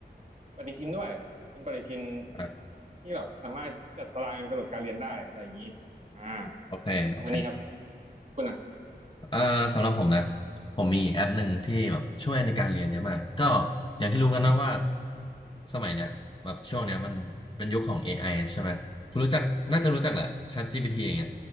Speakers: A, on the right; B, on the left.
A: ปฏิทินด้วยเป็นปฏิทิน
B: อ่า
A: ที่แบบสามารถจัดตารางกำหนดการเรียนได้อะไรอย่างนี้อ่า
B: โอเคโอเค
A: ประมาณนี้ครับคุณอ่ะ
B: เอ่อสำหรับผมนะผมมีแอปหนึ่งที่แบบช่วยในการเรียนเยอะมากก็อย่างที่รู้กันนะว่าสมัยเนี้ยแบบช่วงเนี้ยมันเป็นยุคของ AI ใช่ไหมคุณรู้จักน่าจะรู้จักแหละ ChatGPT อย่างเงี้ย